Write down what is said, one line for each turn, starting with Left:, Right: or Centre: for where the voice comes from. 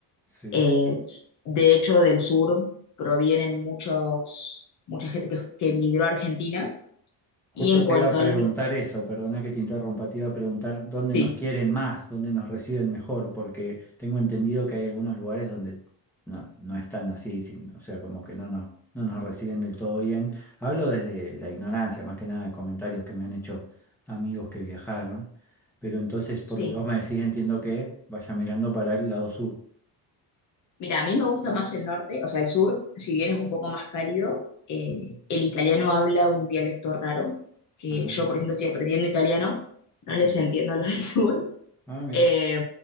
Centre: Sí.
Left: Eh, s- de hecho, del sur provienen muchos, mucha gente que, que emigró a Argentina.
Centre: Justo
Left: Y en cuanto
Centre: te iba a preguntar
Left: al...
Centre: eso, perdona que te interrumpa, te iba a preguntar dónde
Left: Sí,
Centre: nos quieren más, dónde nos reciben mejor, porque tengo entendido que hay algunos lugares donde no, no están así, si- o sea, como que no nos, no nos reciben del todo bien. Hablo desde la ignorancia, más que nada de comentarios que me han hecho amigos que viajaron, pero entonces por
Left: sí.
Centre: lo que vos me decís entiendo que vaya mirando para el lado sur.
Left: Mira, a mí me gusta más el norte, o sea, el sur, si bien es un poco más cálido, eh,
Centre: Ujú.
Left: el italiano habla un dialecto raro, que
Centre: Ah,
Left: yo, por ejemplo, estoy aprendiendo italiano, no
Centre: sí.
Left: les entiendo a los del sur.
Centre: Ah, mira.
Left: Eh,